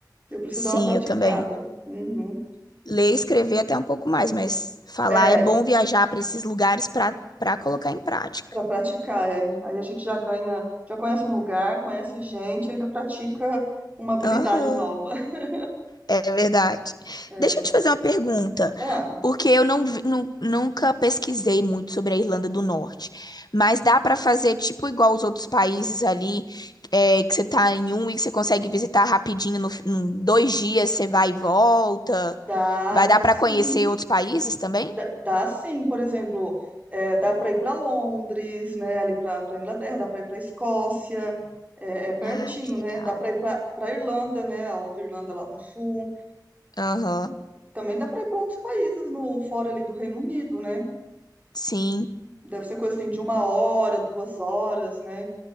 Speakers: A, on the right (about 20°); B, on the left (about 65°).
A: eu preciso
B: Sim,
A: dar uma praticada.
B: eu também.
A: Uhum.
B: Ler e escrever até um pouco mais, mas falar
A: É,
B: é bom viajar para esses lugares para para colocar em prática.
A: pra praticar, é. Aí a gente já ganha, já conhece um lugar, conhece gente, ainda pratica uma habilidade
B: Aham.
A: nova. <laughs>
B: É verdade.
A: É.
B: Deixa eu te fazer uma pergunta,
A: Ah,
B: porque eu não, vi- nu- nunca pesquisei muito sobre a Irlanda do Norte, mas dá pra fazer tipo igual os outros países ali, é, que você tá em um e que você consegue visitar rapidinho, no, fi- em dois dias você vai e volta.
A: dá,
B: Vai
A: dá
B: dar pra
A: sim.
B: conhecer outros países também?
A: Dá, dá sim, por exemplo, é, dá pra ir pra Londres, né? Ali pra pra Inglaterra, dá pra ir pra Escócia, é, é pertinho,
B: Ai, que
A: né?
B: legal.
A: Dá pra ir pra pra Irlanda, né? A outra Irlanda lá do Sul.
B: Aham,
A: Também dá para ir para outros países no fora ali do Reino Unido, né?
B: sim.
A: Deve ser coisa assim de uma hora, duas horas, né?